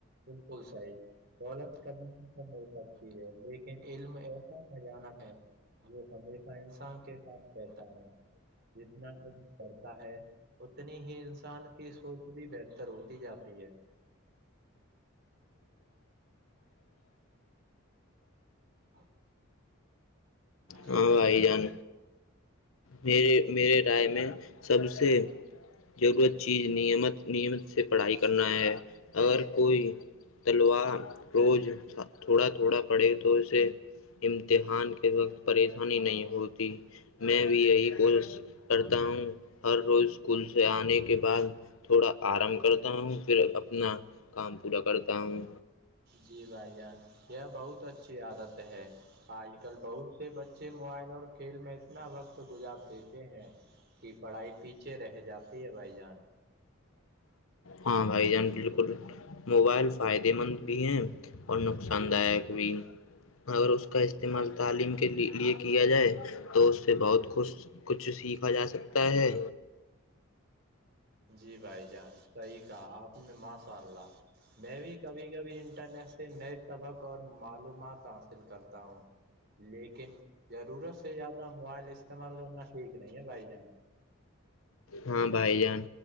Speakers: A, on the right; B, on the left.
A: بالکل سائ دولت کب ہو سکتی ہے لیکن علم ایسا کھجانا ہے جو ہمیشہ انسان کے ساتھ رہتا ہے جتنا بڑھتا ہے اتنی ہی انسان کی سوچ بھی بہتر ہوتی جاتی ہے <inaudible> جی
B: ہاں
A: بھائی
B: آائی جان میرے میرے رائے میں سب سے ضرورت چیز نیمت نیمت سے پڑھائی کرنا ہے اگر کوئی تلوار روز تھوڑا تھوڑا پڑے تو اسے امتحان کے وقت پریشانی نہیں ہوتی میں یہی کوشش کرتا ہوں ہر روز اسکول سے آنے کے بعد تھوڑا آرام کرتا ہوں پھر اپنا کام پورا کرتا ہوں
A: جی بھائی جان یہ بہت اچھی عادت ہے آج کل بہت سے بچے موبائل اور کھیل میں اتنا وقت گزار دیتے ہیں کی پڑھائی پیچھے رہ جاتی ہے بھائی جان
B: ہاں بھائی جان بالکل موبائل فائدے مند بھی ہیں اور نقصان وین اگر اس کا استعمال تعلیم کے لیے کیا جائے تو اس سے بہت خوش کچھ سیکھا جا سکتا ہے
A: جی بھائی جان صحیح کہا آپ نے ماشاء اللہ میں بھی کبھی کبھی انٹرنیٹ سے نئے سبق اور معلومات حاصل کرتا ہوں لیکن ضرورت سے زیادہ موبائل استعمال کرنا ٹھیک نہیں ہے بھائی جان
B: ہاں بھائی جان